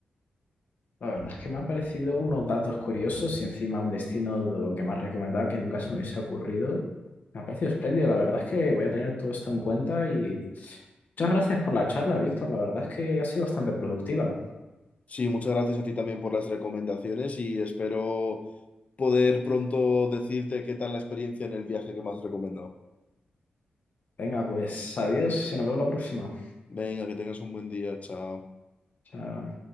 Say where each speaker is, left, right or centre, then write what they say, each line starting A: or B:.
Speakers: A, on the left (about 55°); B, on the left (about 40°).
A: La verdad es que me han parecido unos datos curiosos y encima un destino de lo que me has recomendado que nunca se me hubiese ocurrido. Me ha parecido espléndido. La verdad es que voy a tener todo esto en cuenta y muchas gracias por la charla, Víctor. La verdad es que ha sido bastante productiva.
B: Sí, muchas gracias a ti también por las recomendaciones y espero poder pronto decirte qué tal la experiencia en el viaje que me has recomendado.
A: Venga, pues adiós y nos vemos la próxima.
B: Venga, que tengas un buen día, chao.
A: Chao.